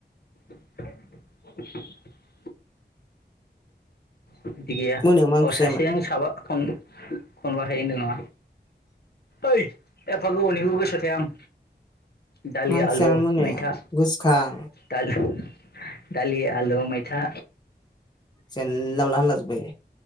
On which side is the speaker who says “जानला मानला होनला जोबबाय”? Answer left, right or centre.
Left